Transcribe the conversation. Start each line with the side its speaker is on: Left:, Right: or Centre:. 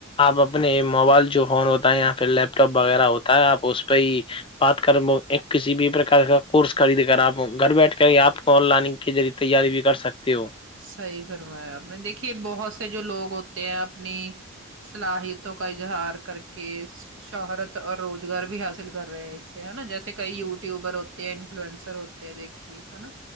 Left: آپ اپنے موبائل جو فون ہوتا ہے یا پھر لیپ ٹاپ وغیرہ ہوتا ہے آپ اس پہ ہی بات کر ایک کسی بھی پرک کا کورس خرید کر آپ گھر بیٹھ کر آپ کون لائنگ کے ذریعے تیاری بھی کر سکتے ہو
Right: صحی فرمایا آپ نے دیکھیے بہت سے جو لوگ ہوتے ہیں اپنی صلاحیتوں کا اظہار کر کے شہرت اور روزگار بھی حاصل کر رہے ہیں اس سے ہے نا جیسے کئی یوٹیوبر ہوتے ہیں انفلوئنسر ہو دیکھیے ہے نا